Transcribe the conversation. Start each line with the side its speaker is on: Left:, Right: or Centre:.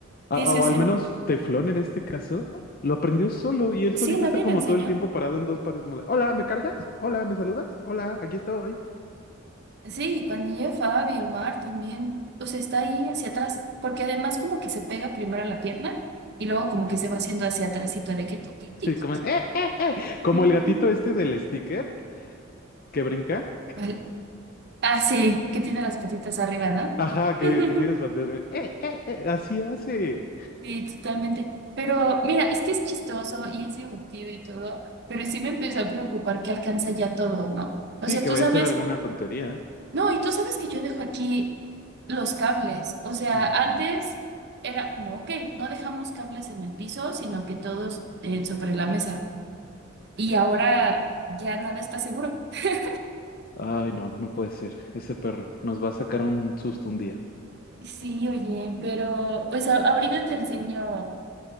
Left: a-
Right: Sí, sí,
Left: o
Right: sí.
Left: al menos Teflón en este caso, lo aprendió solo, y él
Right: Sí,
Left: solito
Right: nadie
Left: está como
Right: le enseñó.
Left: todo el tiempo parado en dos patas, como de, hola, ¿me cargas? Hola, ¿me saludas? Hola, aquí estoy.
Right: Sí, y cuando llega Fabi, el mar también, o sea, está ahí hacia atrás, porque además como que se pega primero a la pierna y luego como
Left: Así,
Right: que se va haciendo hacia atrásito de que... tic,
Left: <laughs>
Right: tic,
Left: como,
Right: tic,
Left: "Eh, eh, eh", como el
Right: tic.
Left: gatito este del sticker que brinca,
Right: Vale. Ah, sí, que tiene las patitas arriba, ¿no?
Left: ajá, que,
Right: <laughs>
Left: que tienes, eh, eh, eh, así hace.
Right: Sí, totalmente. Pero mira, es que es chistoso y es divertido y todo, pero sí me empezó a preocupar que alcanza ya todo, ¿no? O
Left: Sí,
Right: sea,
Left: que
Right: tú
Left: vaya
Right: sabes,
Left: a ser alguna tontería.
Right: no, y tú sabes que yo dejo aquí los cables. O sea,
Left: Ujú.
Right: antes era como, ok, no dejamos cables en el piso, sino que todos eh, sobre la mesa. Y ahora ya nada está seguro. <laughs>
Left: Ay, no, no puede ser. Ese perro nos va a sacar un susto un día.
Right: Sí, oye, pero pues a- ahorita te enseño